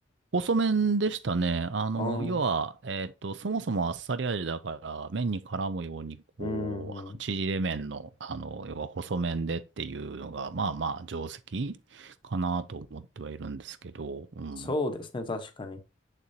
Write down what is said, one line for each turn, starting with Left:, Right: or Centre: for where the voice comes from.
Right: 細麺でしたね。あの、
Left: ああー、
Right: 要は、えっと、そもそもあっさり味だから、麺に絡むように、こう、
Left: うん、
Right: あの、
Left: うん。
Right: 縮れ麺の、あの、要は細麺でっていうのが、まあまあ、定石かなと思ってはいるんですけど、うん。
Left: そうですね。確かに。